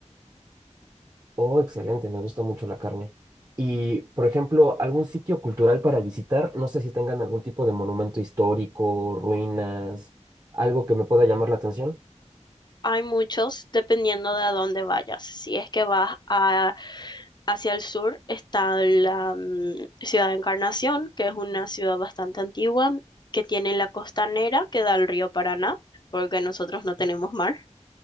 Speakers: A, on the right; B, on the left.
A: Oh, excelente, me gusta mucho la carne. Y, por ejemplo, algún sitio cultural para visitar, no sé si tengan algún tipo de monumento histórico, ruinas, algo que me pueda llamar la atención.
B: Hay muchos dependiendo de a dónde vayas. Si es que vas a- hacia el sur, está la mm, ciudad de Encarnación, que es una ciudad bastante antigua, que tiene la costanera que da al río Paraná, porque nosotros no tenemos mar.